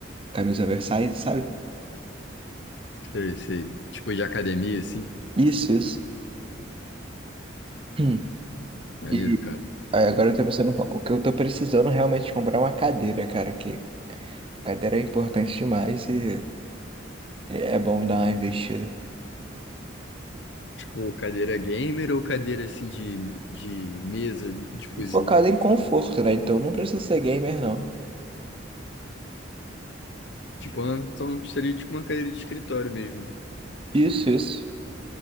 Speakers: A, on the right; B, on the left.
A: camisa oversize, sabe?
B: Sei, sei. Tipo de academia, assim.
A: Isso, isso. Hum.
B: Maneiro,
A: E
B: cara.
A: aí agora eu tô pensando, o que eu tô precisando realmente é comprar é uma cadeira, cara, que cadeira é importante demais e é bom dar uma investida.
B: Tipo, cadeira gamer ou cadeira assim de, de mesa de cozinha?
A: focado em conforto, né? Então não precisa ser gamer, não.
B: Tipo, uma- então seria tipo uma cadeira de escritório mesmo.
A: Isso, isso.